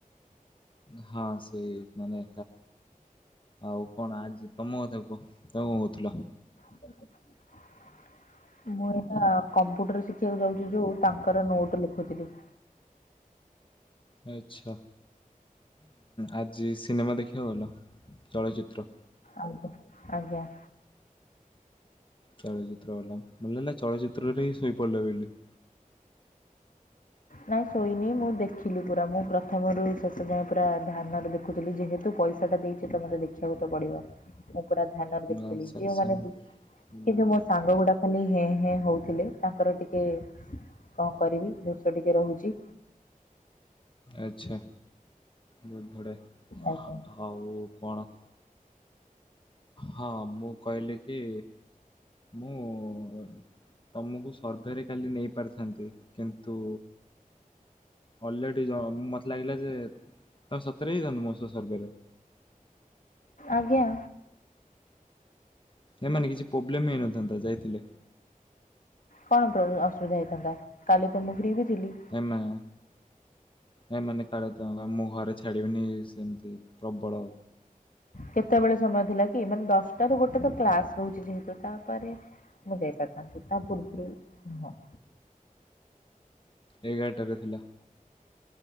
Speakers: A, on the left (about 35°); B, on the left (about 65°).
A: ହଁ ସେଇ ମାନେ ଆଉ କଣ ଆଜି ତମ କଥା କୁହ ତମେ କଣ କହୁଥିଲ।
B: । <unintelligible> ମୁଁ ଏଟା କମ୍ପ୍ୟୁଟର ଶିଖିବାକୁ ଯାଉଛି ଯୋଉ ତାଙ୍କର ନୋଟ ଲେଖୁଥିଲି।
A: ଆଛା ଆଜି ସିନେମା ଦେଖିବାକୁ ଗଲ ଚଳଚିତ୍ର।
B: ଆଜ୍ଞା ଆଜ୍ଞା।
A: ଚଳଚିତ୍ର ବାଲା ନା ନାଇ ଚଳଚିତ୍ରରେ ହିଁ ଶୋଇପଡ଼ିଲ ବୋଲି।
B: ନାହିଁ ଶୋଇନି ମୁଁ ଦେଖିଲି ପୁରା ମୁଁ ପ୍ରଥମରୁ ଶେଷ ଯାଏଁ ପୁରା ଧ୍ୟାନରେ ଦେଖୁଥିଲି ଯେହେତୁ ପଇସାଟା ଦେଇ ସେତ ମତେ ଦେଖିବାକୁ ତ ପଡିବ ମୁଁ ପୁରା ଧ୍ୟାନରେ ଦେଖୁଥିଲି
A: ଆଚ୍ଛା
B: ଯେଉଁ
A: ଆଚ୍ଛା
B: ମାନେ ବି ଏ
A: ବ-
B: ଯୋଉ ମୋ ସାଙ୍ଗ ଗୁଡା ଖାଲି ହେଁ ହେଁ ହଉଥିଲେ ତାଙ୍କର ଟିକେ କଁ କରିବି। ଟିକେ ରହୁଚି।
A: ଆଛା ବହୁତ ବଢ଼ିଆ,
B: ଆଜ୍ଞା
A: ଆଉ କଣ? ହଁ ମୁଁ କହିଲି କି ମୁଁ ତମକୁ ସର୍ଭେରେ କାଲି ନେଇ ପାରିଥାନ୍ତି କିନ୍ତୁ ଅଲରେଡି ମତେ ଲାଗିଲା ଯେ ତମେ ସତରେ ହେଇଯାନ୍ତ ମୋ ସହିତ ସର୍ବେ ରେ?
B: ଆଜ୍ଞା।
A: ସେମାନେ କିଛି ପ୍ରୋବ୍ଲେମ୍ ହେଇନଥାନ୍ତା ଯାଇଥିଲେ।
B: କଣ ଅସୁବିଧା ହେଇଥାନ୍ତା କାଲି ତ ମୁଁ ଫ୍ରି ବି ଥିଲି।
A: ଏମା। ନାଇଁ ମାନେ କାଳେ ମୁଁ ଘରେ ଛାଡ଼ିବିନି ଇଏ ସେମିତି ପ୍ରବଳ
B: କେତେବେଳେ ସମୟ ଥିଲା କି ମାନେ ଦଶଟା ରୁ ଗୋଟେ ତ କ୍ଲାସ ରହୁଛି ଯେହେତୁ ତାପରେ ମୁଁ ଯାଇ ପାରିଥାନ୍ତି ତା ପୁର୍ବୁ ରୁ ହଁ।
A: ଏଗାରଟାରେ ଥିଲା।